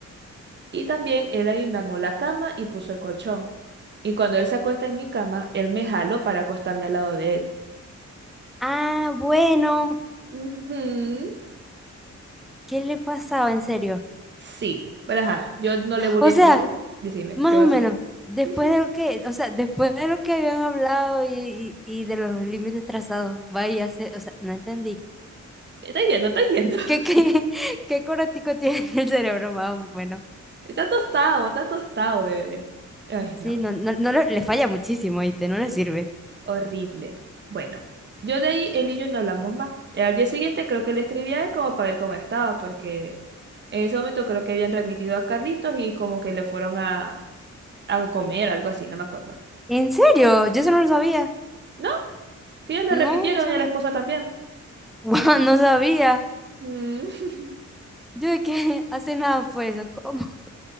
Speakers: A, on the right (about 40°); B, in the centre.
A: Y también él a mí me armó la cama y puso el colchón. Y cuando él se acuesta en mi cama, él me jaló para acostarme al lado de él.
B: Ah, bueno,
A: Ujú,
B: ¿qué le pasaba en serio?
A: Sí, pero ajá, yo no le volví
B: O
A: a escribir.
B: sea,
A: Decime,
B: más
A: ¿qué pasó?
B: o menos, después
A: <laughs>
B: de lo que, o sea, después de lo que habían hablado y, y- y de los límites trazados, vaya, se- o sea, no entendí.
A: Estáis viendo, estáis viendo. <laughs>
B: ¿Qué, qué, <laughs> qué coratico tiene el cerebro, más o menos?
A: Está tostado, está tostado, bebé. Ay,
B: Sí,
A: no.
B: no, no, no le, le falla muchísimo, ¿viste? No le sirve.
A: Horrible. Bueno, yo de ahí él y yo no hablamos más. Y al día siguiente creo que le escribí a él como para ver cómo estaba, porque en ese momento creo que habían remitido a Carlitos y como que le fueron a, a comer, algo así, no me acuerdo.
B: ¿En serio? Yo eso no lo sabía.
A: No, sí, le
B: No,
A: remitieron
B: no sabía.
A: y a la esposa también.
B: <laughs> Guau, no sabía.
A: Mm. <laughs>
B: Yo de que <laughs> hace nada fue eso, ¿cómo?